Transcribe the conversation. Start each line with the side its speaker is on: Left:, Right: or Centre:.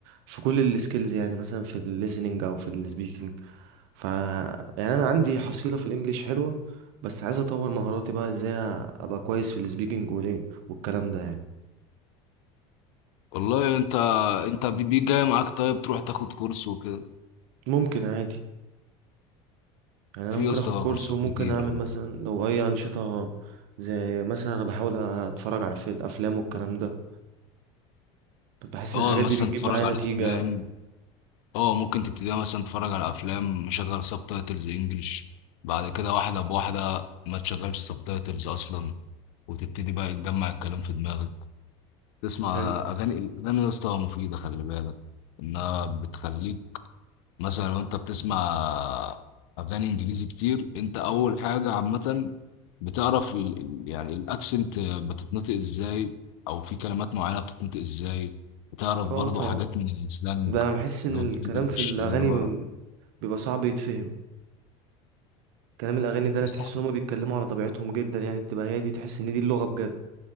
Right: في كل السكيلز يعني مثلا في الليسننج او في السبيكنج ف يعني انا عندي حصيله في الانجليش حلوه بس عايز اطور مهاراتي بقى ازاي ابقى كويس في السبيكنج والكلام ده يعني
Left: والله انت انت بي- بي- جاي معاك طيب تروح تاخد كورس وكده
Right: ممكن عادي يعني
Left: في
Right: انا ممكن
Left: يا اسطى
Right: اخد كورس
Left: كورسات
Right: وممكن
Left: كتير
Right: اعمل
Left: اه
Right: مثلا لو اي انشطه زي مثلا انا بحاول اتفرج على فيلم افلام والكلام ده بحس
Left: اه
Right: ان الحاجات
Left: مثلا
Right: دي بتجيب
Left: تتفرج
Right: معايا
Left: على
Right: نتيجه
Left: افلام
Right: يعني
Left: اه ممكن تبتدي مثلا تتفرج على افلام مشغل سب تايتلز انجلش بعد كده واحده بواحده ما تشغلش سب تايتلز اصلا وتبتدي بقى تجمع الكلام في دماغك تسمع
Right: حلو
Left: اغاني الاغاني يا اسطى مفيده خلي بالك انها بتخليك مثلا لو انت بتسمع اغاني انجليزي كتير انت اول حاجه عامه بتعرف ال- ال- يعني الاكسنت بتتنطق ازاي او في كلمات معينه بتتنطق ازاي بتعرف برضو
Right: اه طبعا
Left: حاجات من السلانج
Right: ده انا بحس ان
Left: اللي هو
Right: الكلام
Left: الإنجليش-
Right: في الاغاني
Left: اللي هو
Right: ب- بيبقى صعب يتفهم كلام الاغاني ده انا
Left: الصح
Right: تحس ان هما بيتكلموا على طبيعتهم جدا يعني بتبقى هي دي تحس ان دي اللغه بجد